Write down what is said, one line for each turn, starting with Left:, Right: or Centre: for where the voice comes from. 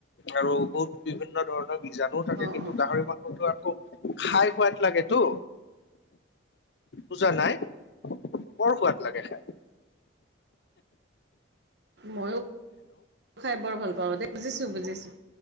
Left: আৰু বহুত বিভিন্ন ধৰণৰ বীজাণুও থাকে,
Right: অ
Left: কিন্তু
Right: অ
Left: গাহৰি মাংসতো আকৌ খায় খোৱাত লাগে তো বুজা নাই? বৰ সোৱাদ লাগে খায়। <inaudible>
Right: ময়ো খায় বৰ ভাল পাওঁ দেই, বুজিছো বুজিছো।